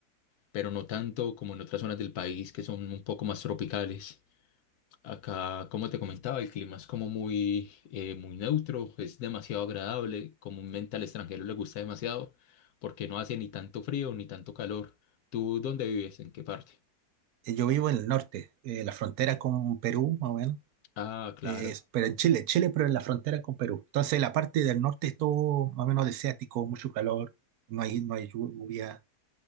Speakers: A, on the left (about 75°); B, on the right (about 70°).
A: pero no tanto como en otras zonas del país que son un poco más tropicales. Acá, como te comentaba, el clima es como muy, eh, muy neutro, es demasiado agradable. Comúnmente al extranjero le gusta demasiado porque no hace ni tanto frío ni tanto calor. ¿Tú dónde vives? ¿En qué parte?
B: Eh, Yo vivo en el norte, eh, la frontera con Perú, más o menos.
A: Ah, claro.
B: eh, pero en Chile, Chile, pero en la frontera con Perú. Entonces, la parte del norte es todo más o menos desértico, mucho calor, no hay, no hay lluvia,